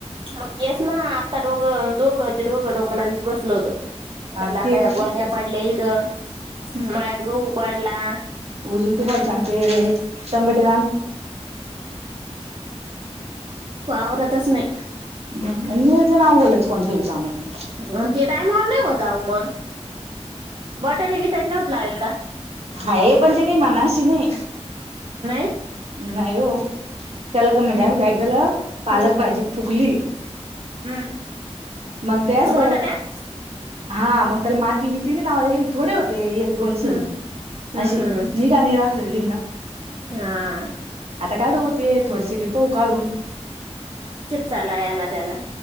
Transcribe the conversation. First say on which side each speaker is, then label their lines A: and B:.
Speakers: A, on the right (about 45°); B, on the right (about 65°).
A: मग तेच ना आत्ता डोघं दोघं दोघं डोक्याला बसल होत आता
B: हा
A: म्हटलं आता
B: ते
A: या
B: ती
A: गोन्या पाडल्या इद मळ्यात गहू पाडला
B: ऊजून सांगते तंबाटे
A: आवरतच नाही
B: हम्म नवज नाव ओलच कोणतेव सागत
A: आणि ते टायमावर नाही होत मग बटाटे बिटेट लागल का
B: हा हे पण ते काही मनाशी नाही.
A: नाही
B: नाही हो त्याला का म्हणजे आम्ही काय केलं पालक
A: हम्म
B: भाजी फुकली
A: हम्म
B: मग ते अस
A: बटाट्यात
B: हा मग त्याला माती बीतीने लाव थोडे होते एक दोन सरी
A: हम्म हम्म
B: अशी
A: हम्म
B: मी का नाही राखले गईल ना
A: हा
B: आता काढू होते थोडसे पाह काढून
A: चिप्स आला याला त्याला